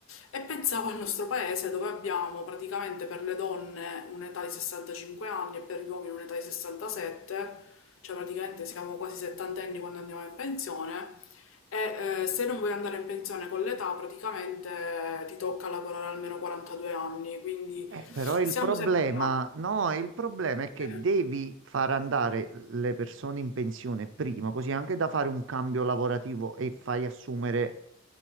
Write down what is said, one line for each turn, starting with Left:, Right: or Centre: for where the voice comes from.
Left: E pensavo al nostro paese dove abbiamo praticamente per le donne un'età di 65 anni e per gli uomini un'età di 67, cioè praticamente siamo quasi settantenni quando andiamo in pensione e eh, se non vuoi andare in pensione con l'età, praticamente eh, ti tocca lavorare almeno 42 anni, quindi
Right: Eh, però il
Left: siamo
Right: problema,
Left: sempre là.
Right: no, il problema è che
Left: Eh,
Right: devi far andare le persone in pensione prima, così anche da fare un cambio lavorativo e fai assumere